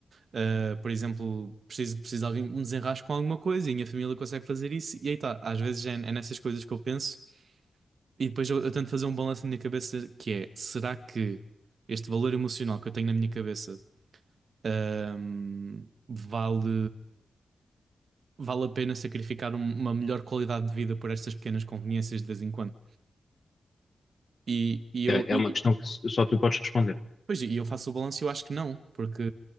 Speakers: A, on the right; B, on the left.
A: Uh, por exemplo, preciso, preciso de alguém que me desenrasque com alguma coisa e a minha família consegue fazer isso. E aí tá, às vezes é, é nessas coisas que eu penso e depois eu, eu tento fazer um balanço na minha cabeça que é, será que este valor emocional que eu tenho na minha cabeça Ahm, vale, vale a pena sacrificar um- uma melhor qualidade de vida por estas pequenas conveniências de vez em quando. E, e eu,
B: É,
A: e,
B: é uma
A: e-
B: questão que só tu podes responder,
A: pois, e eu faço o balanço e eu acho que não, porque,